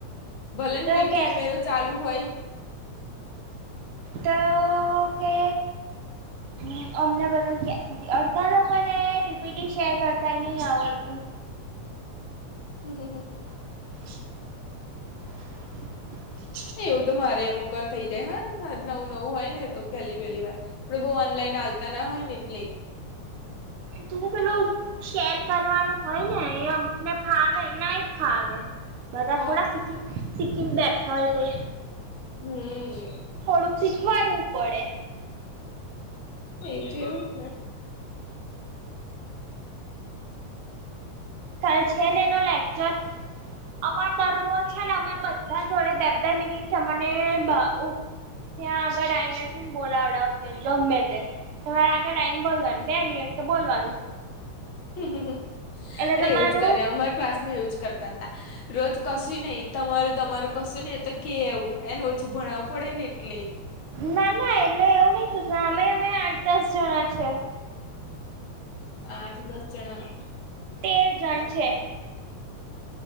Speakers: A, on the left (about 65°); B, on the right (about 75°).
A: ભલે ને
B: ત
A: વીર
B: કે
A: કેમેરો ચાલુ હોય
B: તો કે હ અમને બધ કે અડધા લોકો એ ટીપીટીી શેર કરતાાય નહી આવડતું
A: હમ હ હમમ
B: <unintelligible>
A: એવું તો મારે અમુક વાર થઇ જાય હા નવું નવું હોય ને તો પહેલી-પહેલી વાર આપડે બહુ ઓનલાઈન આલતા ના હોય ને એટલે
B: તું પેલો શેર કરવાનું હોય ને એ અમુકને ફાવે નાય ફાવે બધા
A: હ
B: થોડા શીખી શીખીને બેઠા હોય કોઈ
A: હમ
B: થોડુંક શીખવાડવું પડે
A: એ તો એવું જ ને
B: કાલ છે ને એનો લેક્ચર અમાર દરરોજ છે ને અમાર બધા જ થોડા બે બે મિનિટ અમને અ ત્યાં આગળ આઈને શ બોલાવડાવતી ગમે તે તમારે આગળ આવીને બોલવાનું બે મિનિટ તો બોલવાનું
A: હમમ
B: એટલે
A: અરે
B: તમારું
A: એવું જ કરે અમારા ક્લાસ માં એવું જ કરતા હતા રોજ કશું નહીં તમારું તમારું કશું નહિ એ તો કે એવું એને ઓછું ભણાવવું પડે ને એટલે
B: ના ના એટલે એવું નહીં શુ અમે અમે આઠ દસ જણા છે
A: આઠ દસ જણા
B: તેર જણ છે